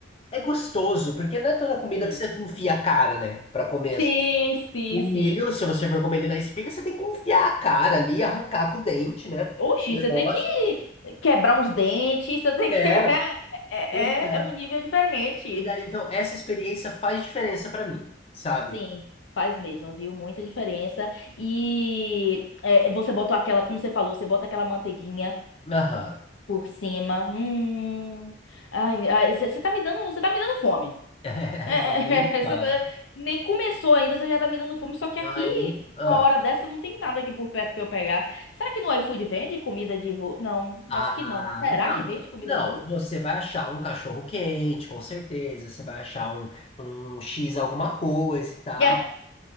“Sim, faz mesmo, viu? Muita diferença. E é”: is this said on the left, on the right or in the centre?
Left